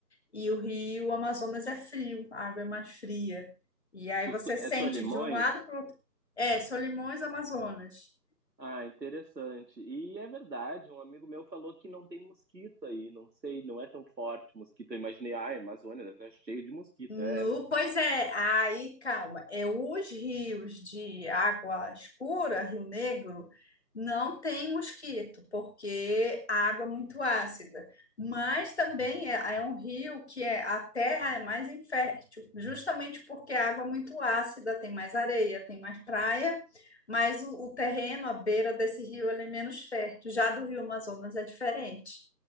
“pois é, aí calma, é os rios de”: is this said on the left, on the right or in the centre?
Left